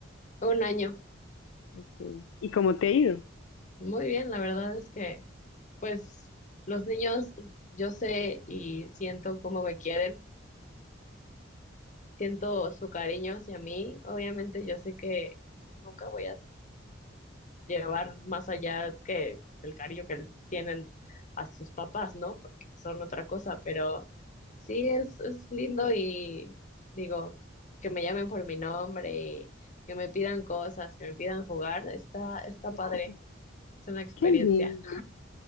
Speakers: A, on the left (about 40°); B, on the left (about 85°).
A: Un año.
B: Ok. ¿Y cómo te ha ido?
A: Muy bien, la verdad es que, pues, los niños, yo sé y siento cómo me quieren, siento su cariño hacia mí. Obviamente, yo sé que pues, nunca voy a llevar más allá que el cariño que tienen a sus papás, ¿no? Porque son otra cosa, pero sí es, es lindo y digo, que me llamen por mi nombre y que me pidan cosas, que me pidan jugar, está, está padre,
B: Oh,
A: es una experiencia.
B: qué lindo.